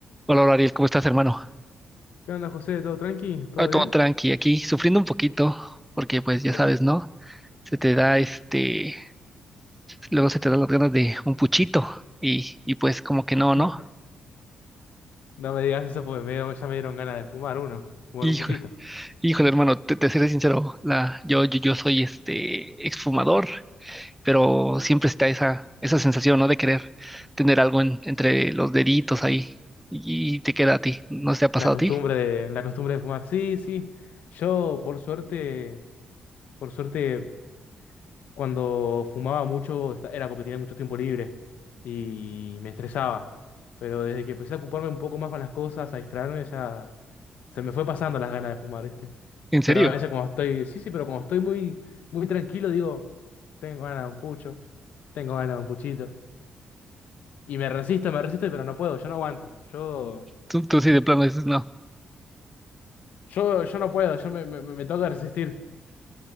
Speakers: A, in the centre; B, on the left.
A: Hola, Ariel, ¿cómo estás, hermano?
B: ¿Qué onda, José? ¿Todo tranqui? ¿Todo
A: Ah, todo
B: bien?
A: tranqui aquí, sufriendo un poquito, porque pues ya
B: Por-
A: sabes, ¿no? Se te da este, luego se te dan las ganas de un puchito y, y pues como que no, ¿no?
B: <laughs> No me digas eso porque me ya me dieron ganas de fumar uno, fumar
A: Hijo,
B: un puchito.
A: híjole, hermano, te, te seré sincero, la, yo, yo, yo soy este exfumador, pero siempre está esa, esa sensación, ¿no? De querer tener algo en- entre los deditos ahí y, y te queda a ti, ¿no se ha pasado
B: La costumbre
A: a ti?
B: de, la costumbre de fumar. Sí, sí. Yo, por suerte, por suerte, cuando fumaba mucho esta- era porque tenía mucho tiempo libre y me estresaba. Pero desde que empecé a ocuparme un poco más con las cosas, a distraerme, ya se me fue pasando las ganas de fumar, ¿viste?
A: ¿En serio?
B: Pero a veces cuando estoy, sí, sí, pero cuando estoy muy, muy tranquilo, digo, tengo ganas de un pucho, tengo ganas de un puchito. Y me resisto, me resisto, pero no puedo, yo no aguanto. Yo,
A: ¿Tú, tú sí de plano dices, no?
B: yo, yo no puedo, yo me, me, me toca resistir.